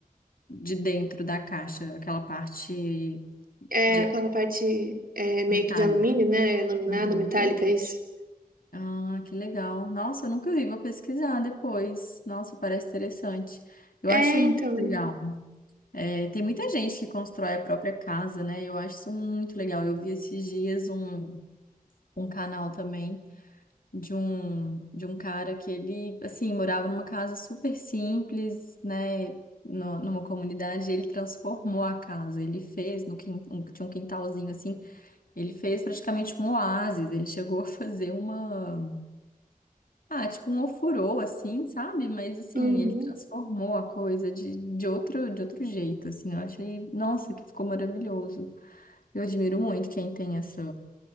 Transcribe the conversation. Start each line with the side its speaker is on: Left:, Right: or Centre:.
Left: de dentro da caixa, aquela parte
Right: É
Left: de-
Right: aquela parte é, meio
Left: metálica.
Right: que de alumínio, né? Laminada,
Left: Uhum.
Right: metálica, é isso.
Left: Ah, que legal. Nossa, eu nunca vi, vou pesquisar depois. Nossa, parece interessante. Eu
Right: É,
Left: acho muito
Right: então.
Left: legal. É, tem muita gente que constrói a própria casa, né? Eu acho isso muito legal. Eu vi esses dias um, um canal também. de um de um cara que ele assim morava numa casa super simples, né? no- numa comunidade, ele transformou a casa, ele fez no quin, um- tinha um quintalzinho assim, ele fez praticamente um oásis, ele chegou <laughs> a fazer uma ah, tipo um ofurô assim, sabe? Mas assim,
Right: Uhum.
Left: ele transformou a coisa de, de outro de outro jeito, assim, eu achei, nossa, que ficou maravilhoso. Eu admiro muito quem tem essa